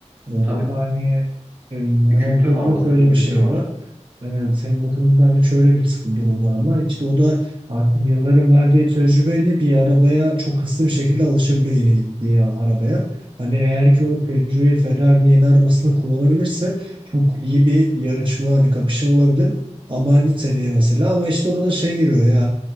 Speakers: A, on the right; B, on the right.
A: Ee, ama
B: Tabii.
A: hani e, Hamilton'ın
B: Bir kültür var orada.
A: da şöyle
B: Takım kültürü
A: bir şey
B: var.
A: var. Evet, hem bakımından hani şöyle bir sıkı durum var ama işte o da artık yılların verdiği tecrübeyle bir arabaya çok hızlı bir şekilde alışabiliyor yeni gittiği arabaya. Hani eğer ki o tecrübeyi Ferrari'nin yeni arabasını kullanabilirse çok iyi bir yarışma hani kapışma olabilir. Ama hani seneye mesela ama işte orada şey giriyor yani